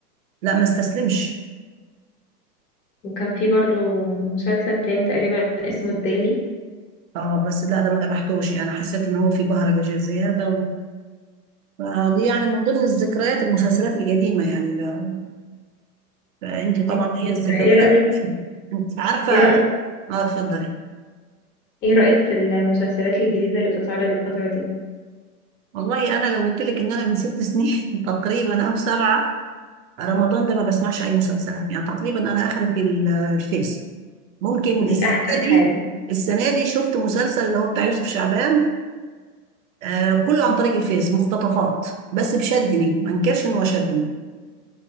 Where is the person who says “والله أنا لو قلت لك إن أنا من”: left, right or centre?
Right